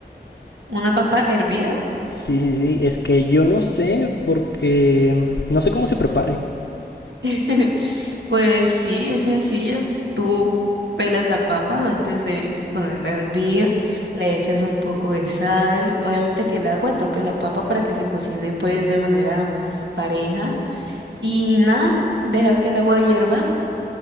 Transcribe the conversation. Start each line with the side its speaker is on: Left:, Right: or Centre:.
Right: ¿Una papa hervida?
Left: Sí, sí, sí, es que yo no sé porque no sé cómo se prepare.
Right: <laughs> Pues sí, es sencillo. Tú pelas la papa antes de ponerla a hervir, le echas un poco de sal, obviamente que el agua tape la papa para que se cocine pues de manera pareja y nada, dejar que el agua hierva,